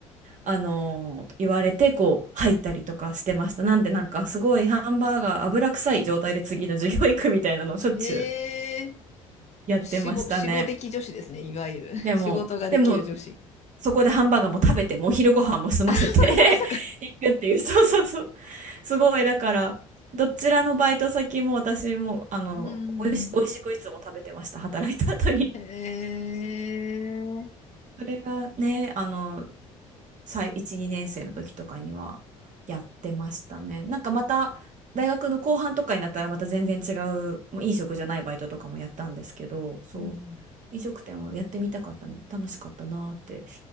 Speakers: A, on the right (about 45°); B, on the left (about 40°).
A: あの言われてこう入ったりとかしてました。なんでなんかすごいハンバーガー油臭い状態で次の授業行くみたいなのをしょっちゅう
B: へえ、
A: やってましたね。
B: 仕事、仕事的女子ですね、いわゆる。
A: でも、
B: <laughs> 仕事ができる女子。
A: でも、そこでハンバーガーも食べて、もう昼ご飯も済ませて
B: ああ、そっかそっかそっか。
A: <laughs> 行くっていう、そうそうそう。すごい、だから、どちらのバイト先も私も、あの、
B: うん。
A: おいし、おいしくいつも食べてました、働いた後に。
B: へえ。
A: それがね、あの、最、1、2年生の時とかにはやってましたね。なんかまた、大学の後半とかになったらまた全然違う、もう飲食じゃないバイトとかもやったんですけど、そう、
B: うん。
A: 飲食店もやってみたかったね。楽しかったなーって